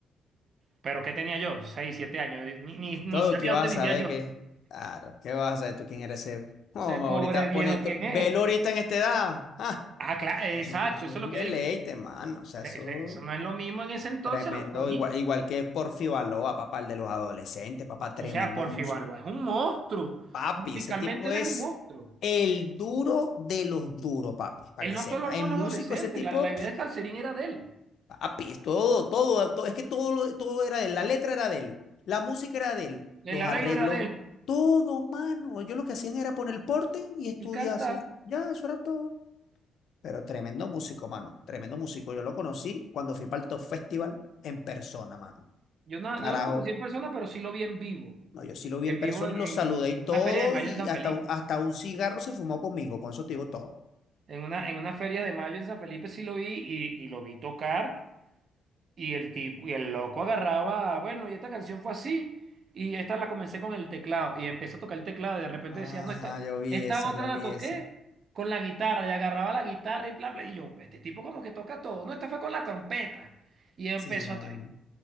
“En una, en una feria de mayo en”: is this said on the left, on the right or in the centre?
Right